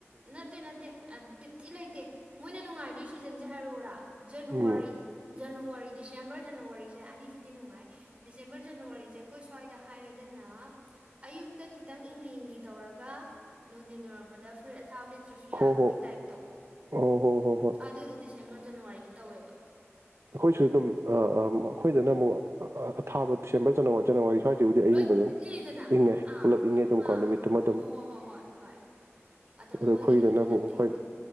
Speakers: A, on the right; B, on the right.
A: ꯅꯠꯇꯦ ꯅꯠꯇꯦ ꯑ ꯕꯤꯠ ꯊꯤ ꯂꯩꯇꯦ ꯃꯣꯏꯅ ꯅꯨꯡꯉꯥꯏꯗꯣꯏ ꯁꯤꯖꯟꯁꯦ ꯍꯥꯏꯔꯣꯔꯥ ꯖꯦꯅꯋꯥꯔꯤ
B: ꯎꯝ
A: ꯖꯦꯅꯋꯥꯔꯤ ꯗꯤꯁꯦꯝꯕꯔ ꯖꯦꯅꯋꯥꯔꯤꯁꯦ ꯑꯅꯤꯁꯤꯗꯤ ꯅꯨꯡꯉꯥꯏ ꯗꯤꯁꯦꯝꯕꯔ ꯖꯦꯅꯋꯥꯔꯤꯁꯦ ꯑꯩꯈꯣꯏ ꯁ꯭ꯋꯥꯏꯗ ꯍꯥꯏꯔꯒꯅ ꯑꯌꯨꯛꯇ ꯈꯤꯇꯪ ꯏꯪꯂꯤ ꯏꯪꯂꯤ ꯇꯧꯔꯒ ꯅꯨꯡꯊꯤꯟ ꯌꯧꯔꯛꯄꯗ ꯐꯨꯔꯤꯠ ꯊꯥꯕ ꯂꯤꯠ ꯇ꯭ꯔꯁꯨ ꯌꯥꯕꯒꯤ
B: ꯍꯣ ꯍꯣ
A: ꯇꯥꯏꯞꯇꯣ
B: ꯍꯣ ꯍꯣ ꯍꯣ ꯍꯣꯏ
A: ꯑꯗꯨꯗꯨꯗꯤ ꯗꯤꯁꯦꯝꯕꯔ ꯖꯦꯅꯋꯥꯔꯤꯗ ꯇꯧꯋꯦꯕ
B: ꯑꯩꯈꯣꯏꯁꯨ ꯑꯗꯨꯝ ꯑ ꯑ ꯑꯩꯈꯣꯏꯗꯅ ꯑꯃꯨꯛ ꯑꯊꯥꯕ ꯁꯦꯝꯕ ꯖꯦꯅꯋꯥꯔꯤ ꯖꯦꯅꯋꯥꯔꯤ ꯁ꯭ꯋꯥꯏꯁꯤꯕꯨꯗꯤ ꯑꯏꯪꯕ
A: ꯂꯣꯏ
B: ꯑꯗꯨꯝ
A: ꯂꯤꯔꯤꯗꯅ
B: ꯏꯪꯉꯦ
A: ꯑꯥ
B: ꯄꯨꯂꯞ ꯏꯪꯉꯦ ꯑꯗꯨꯝ
A: ꯑꯥ
B: ꯀꯣ ꯅꯨꯃꯤꯠꯇꯨꯃ ꯑꯗꯨꯝ
A: ꯍꯣ ꯍꯣ ꯍꯣ ꯍꯣꯏ ꯍꯣꯏ ꯑꯗꯣ ꯃꯣꯏꯒꯤꯅ
B: ꯑꯗꯨ ꯈꯣꯏꯗꯅ ꯑꯃꯨꯛ
A: ꯅꯠꯇꯦ
B: ꯑꯩꯈꯣꯏ